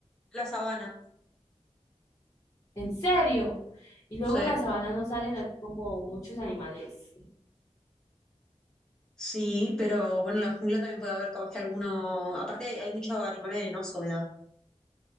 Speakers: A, in the centre; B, on the left.
A: La sabana.
B: ¿En serio? Y luego
A: sea,
B: en la sabana no salen así como muchos animales.
A: sí, pero bueno, en la jungla también puede haber capaz que alguno. Aparte, hay, hay mucho animal venenoso, me da.